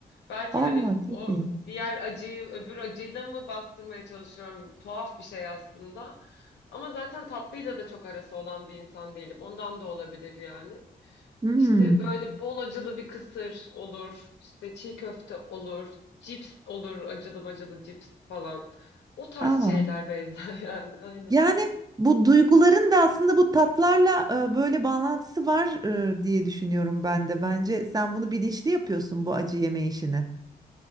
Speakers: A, on the left; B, on the right.
A: Belki
B: Aa
A: hani
B: çok
A: o
B: iyi.
A: diğer acıyı öbür acıyla mı bastırmaya çalışıyorum? Tuhaf bir şey aslında. Ama zaten tatlıyla da çok arası olan bir insan değilim. Ondan da olabilir yani.
B: Hmm.
A: İşte böyle bol acılı bir kısır olur. İşte çiğ köfte olur. Cips olur. Acılı acılı cips falan. O tarz
B: Aa.
A: şeyler Beyza <laughs> yani aynen.
B: Yani bu duyguların da aslında bu tatlarla e, böyle bağlantısı var e, diye düşünüyorum ben de. Bence sen bunu bilinçli yapıyorsun bu acı yeme işini.